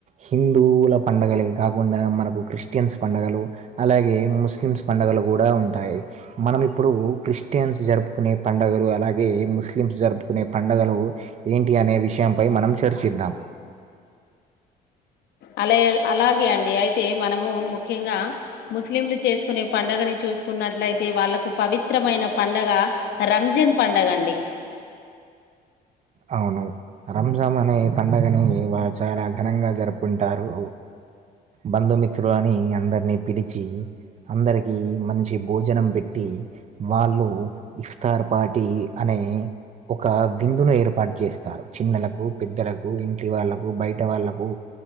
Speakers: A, on the right (about 45°); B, on the left (about 70°).
A: హిందువుల పండగలయి కాకుండా మనకు క్రిస్టియన్స్ పండగలు అలాగే ముస్లిమ్స్ పండగలు కూడా ఉంటాయి మనం ఇప్పుడు క్రిస్టియన్స్ జరుపుకునే పండగలు అలాగే ముస్లిమ్స్ జరుపుకునే పండగలు ఏంటి అనే విషయంపై మనం చర్చిద్దాం
B: అలా అలాగే అండి అయితే మనము ముఖ్యంగా ముస్లింలు చేసుకునే పండగని చూ చూసుకున్నట్లయితే వాళ్ళలకు పవిత్రమైన పండగ రంజాన్ పండగ అండి
A: అవును రంజామ్ అనే పండగని వారు చాలా ఘనంగా జరుపుకుంటారు బంధుమిత్రులని అందరినీ పిలిచి అందరికి మంచి భోజనం పెట్టి వాళ్ళు ఇఫ్తార్ పార్టీ అనే ఒక విందును ఏ ర్పాటు చేస్తారు చిన్నలకు పెద్దలకు ఇంట్లో వాళ్ళలకు బయట వాళ్ళకు